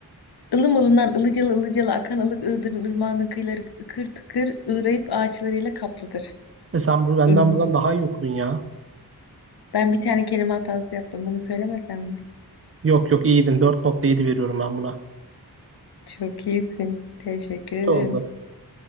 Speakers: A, on the left; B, on the right.
A: Ilım ılından ılıcalı ılıcalı akan ılık ığdırın ırmağının kıyıları ıkır tıkır ığrayıp ağaçlarıyla kaplıdır.
B: E sen bunu benden
A: Hmm.
B: buradan daha iyi okudun ya.
A: Ben bir tane kelime hatası yaptım. Bunu söylemesem mi?
B: Yok yok iyiydin. Dört nokta yedi veriyorum ben buna.
A: Çok iyisin. Teşekkür ederim.
B: Ne oldu?